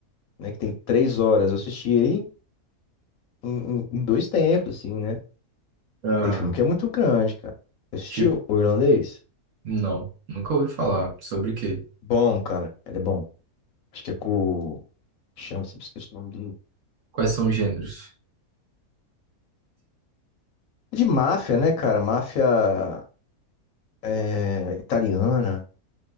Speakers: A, on the left; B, on the right.
A: né? Que tem três horas. Eu assisti ele em, em- em dois tempos, assim, né?
B: Ah,
A: Tem filme que é muito grande, cara. Você assistiu
B: tipo,
A: o irlandês?
B: não. Nunca ouvi falar. Sobre o quê?
A: Bom, cara. Ele é bom. Acho que é com. o- Chama, sempre esqueço o nome dele.
B: Quais são os gêneros?
A: É De máfia, né, cara? Máfia é, italiana.